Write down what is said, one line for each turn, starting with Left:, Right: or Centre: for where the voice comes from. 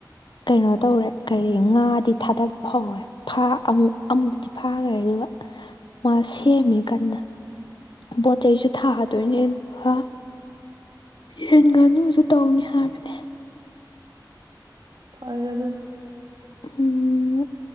Left: ꯀꯩꯅꯣ
Right: ꯎꯝ
Left: ꯇꯧꯔꯦ ꯀꯔꯤ ꯉꯥꯗꯤ ꯊꯥꯗꯕ ꯍꯧꯔꯦ ꯊꯥ ꯑꯃꯨꯛ ꯑꯃꯨꯛꯇꯤ ꯐꯥꯈ꯭ꯔꯦ ꯑꯗꯨꯒ ꯃꯥ ꯁꯦꯝꯃꯦ ꯀꯟꯅ ꯄꯣꯠ ꯆꯩꯁꯨ ꯊꯥꯗꯣꯏꯅꯦ ꯑꯗꯨꯒ ꯌꯦꯟ ꯉꯥꯅꯨꯁꯨ ꯇꯧꯅꯤ ꯍꯥꯏꯕꯅꯦ
Right: ꯐꯔꯦ ꯑꯗꯨꯅ
Left: ꯎꯝ